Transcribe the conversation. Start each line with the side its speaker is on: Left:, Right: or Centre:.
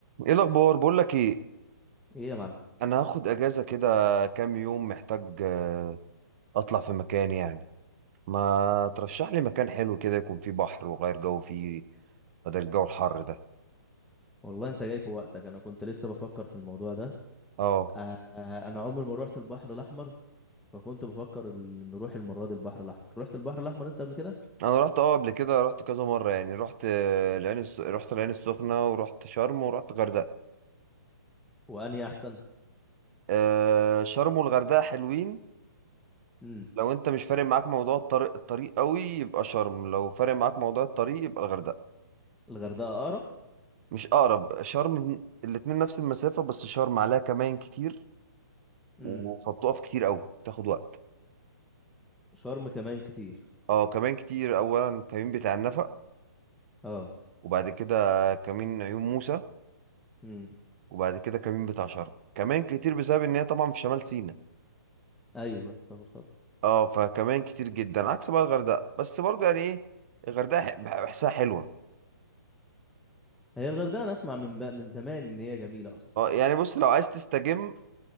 Right: ايه الاخبار بقول لك ايه
Centre: ايه يا معلم
Right: انا هاخد اجازه كده كام يوم محتاج آه، اطلع في مكان يعني ما ترشح لي مكان حلو كده يكون فيه بحر وغير جو فيه بدل الجو الحر ده
Centre: والله انت جاي في وقتك انا كنت لسه بفكر في الموضوع ده
Right: اه
Centre: آه آه، انا عمري ما روحت البحر الاحمر فكنت بفكر ال- نروح المره دي البحر الاحمر رحت البحر الاحمر انت قبل كده
Right: انا رحت اه قبل كده رحت كذا مره يعني رحت آه، العين الس... رحت العين السخنه ورحت شرم ورحت غردقه
Centre: وانهي احسن
Right: آه، شرم والغردقه حلوين
Centre: امم
Right: لو انت مش فارق معاك موضوع الطريق الطريق قوي يبقى شرم لو فارق معاك موضوع الطريق يبقى الغردقه
Centre: الغردقه اقرب
Right: مش اقرب شرم من- الاتنين نفس المسافه بس شرم عليها كمان كتير
Centre: امم
Right: و- فبتقف كتير قوي تاخد وقت
Centre: شرم كمان كتير
Right: اه كمان كتير اولا كمين بتاع النفق
Centre: اه
Right: وبعد كده كمين عيون موسى
Centre: امم
Right: وبعد كده كمين بتاع شرم كمان كتير بسبب ان هي طبعا في شمال سيناء
Centre: ايوه يعتبر طبعا
Right: اه فكمان كتير جدا عكس بقى الغردقه بس برضه يعني ايه الغردقه ح- بحسها حلوه
Centre: هي الغردقه انا اسمع من بق- من زمان ان هي جميله اصلا
Right: اه يعني بص لو عايز تستجم